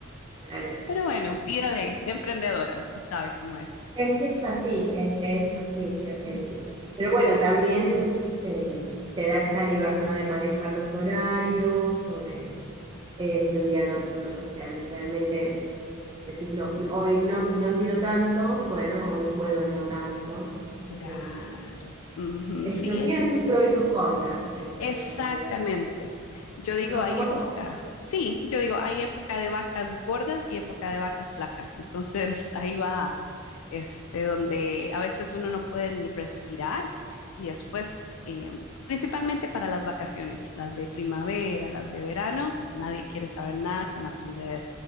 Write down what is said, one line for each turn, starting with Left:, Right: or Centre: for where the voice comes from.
Right: Claro,
Left: Pero bueno, vida de, de emprendedora, usted sabe cómo es.
Right: es que es así, es que es así, que el...
Left: Mm.
Right: pero bueno, también eh, te da esta libertad de manejar los horarios o de eh, si un día no, no- o sea, realmente decís, no, hoy no, no quiero tanto, bueno, hoy puedo no tanto.
Left: Claro.
Right: Eh,
Left: Ujú,
Right: esto
Left: Sí,
Right: tiene
Left: ¿eh?
Right: sus pros y sus contras el ser
Left: Exactamente.
Right: emprendedor,
Left: Yo digo,
Right: ¿no?
Left: hay
Right: Como
Left: época,
Right: todo.
Left: sí, yo digo, hay época de vacas gordas y época de vacas flacas. Entonces, <laughs> ahí va, este, donde a veces uno no puede ni respirar y después, eh, principalmente para las vacaciones, las de primavera, las de verano, nadie quiere saber nada con aprender